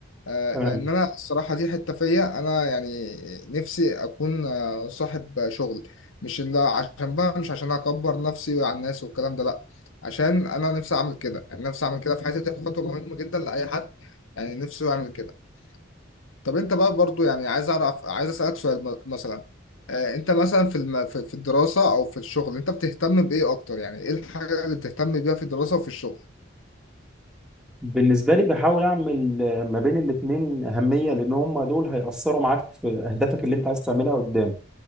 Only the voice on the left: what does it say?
آه
لان انا الصراحة دي حتة فيا انا يعني نفسي اكون آه صاحب شغل مش اللي عشان بقى مش عشان اكبر نفسي على الناس والكلام ده لا عشان انا نفسي اعمل كده يعني نفسي اعمل كده في حياتي دي خطوة مهمة جدا لاي حد يعني نفسه يعمل كده طب انت بقى برضو يعني عايز اعرف عايز اسالك سؤال م- مثلا آه، انت مثلا في الم... في في الدراسه او في الشغل انت بتهتم بايه اكتر يعني ايه الحاجه اللي بتهتم بيها في الدراسه وفي الشغل